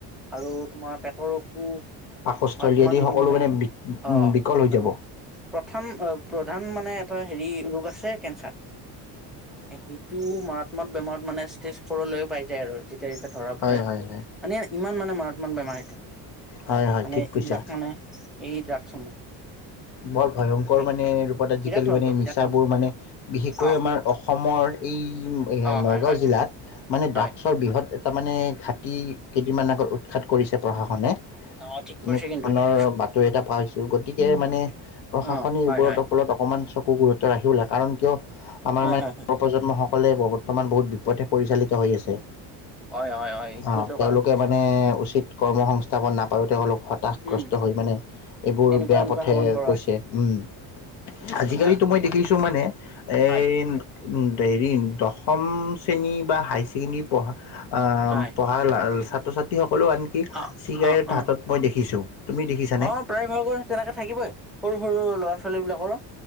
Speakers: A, in the centre; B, on the left.
A: আৰু তোমাৰ পেটৰ অসুখ।
B: পাকস্থলী
A: বা তোমাৰ
B: আদি
A: বিভিন্ন
B: সকলো মানে বি
A: অ',
B: বিকল হৈ
A: আৰু
B: যাব।
A: প্ৰথম প্ৰধান মানে এটা হেৰি ৰোগ আছে কেঞ্চাৰ। সেইটো মাৰাত্মক বেমাৰত মানে ষ্টেজ ফ'ৰলৈয় পাই যায় আৰু যেতিয়া ধৰা
B: হয়
A: পৰে
B: হয় হয়,
A: মানে ইমান মানে মাৰত্মক বেমাৰ সেইটো।
B: হয় হয়
A: মানে
B: ঠিক কৈছা।
A: এইবিলাক মানে এই ড্ৰাগছসমূহ।
B: বৰ ভয়ংকৰ
A: তাকে
B: মানে ৰূপত আজিকালি
A: বিৰাট ভয়ংকৰ
B: মানে নিচাবোৰ
A: বিৰাট ভয়ংকৰ
B: মানে বিশেষকৈ
A: অ
B: আমাৰ অসমৰ এই
A: অ
B: নগাঁও
A: হয় হয়
B: জিলাত মানে ড্ৰাগছ
A: হয়
B: ৰ বৃহৎ এটা মানে ঘাটি কেইদিনমান আগত উৎখাত কৰিছে প্ৰশাসনে। তেনেকুৱা
A: অ ঠিক কৰিছে কিন্তু
B: ধৰণৰ
A: এইটো
B: বাতৰি এটা পাইছো। গতিকে মানে প্ৰশাসনে
A: অ
B: এইবোৰত
A: হয় হয়
B: ফলত অকমান চকু গুৰুত্ব ৰাখিব লাগে। কাৰণ কিয় আমাৰ
A: হয়
B: মানে
A: হয় হয়
B: প্ৰজন্মসকলে বৰ্তমান বহুত বিপথে পৰিচালিত হৈ আছে।
A: হয় হয় হয় এইটোৱেটো
B: অ', তেওঁলোকে
A: কাৰণ হৈছে
B: মানে উচিত কৰ্ম সংস্থাপন নাপায়ো তেওঁলোক হতাশগ্ৰস্ত
A: উম
B: হৈ মানে এইবোৰ
A: এনেকুৱা
B: বেয়া
A: এনেকুৱা
B: পথে
A: সেৱন কৰা
B: গৈছে
A: হৈছে
B: উম
A: ঠিক
B: আজিকালিতো
A: কথা
B: মই
A: হয়
B: দেখিছো মানে এই
A: হয়
B: উম, দেৰি দশম শ্ৰেণী বা হাই ছেকেণ্ডৰী পঢ়া আহ
A: হয়
B: ভাল ছাত্ৰ ছাত্ৰীসকলেও আনকি
A: অ
B: চিগাৰেট
A: অ অ
B: হাতত মই দেখিছো। তুমি দেখিছানে?
A: অ প্ৰায় ভাগৰে তেনেকে থাকিবই। সৰু সৰু ল'ৰা ছোৱালীবিলাকৰো।